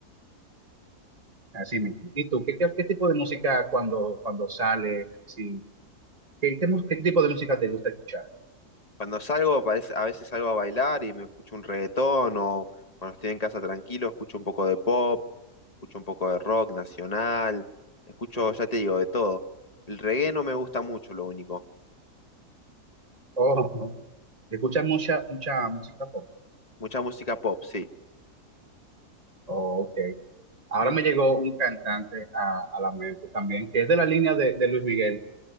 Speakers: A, on the right; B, on the left.
A: Así mismo. ¿Y tú, qué, qué, qué tipo de música cuando, cuando sales? Sí, ¿qué, qué, mu- qué tipo de música te gusta escuchar?
B: Cuando salgo, parece- a veces salgo a bailar y me escucho un reggaetón o cuando estoy en casa tranquilo, escucho un poco de pop, escucho un poco de rock nacional, escucho, ya te digo, de todo. El reggae no me gusta mucho, lo único.
A: Oh, <laughs> ¿escuchas mucha, mucha música pop?
B: Mucha música pop, sí.
A: Oh, ok. Ahora me llegó un cantante a, a la mente también, que es de la línea de, de Luis Miguel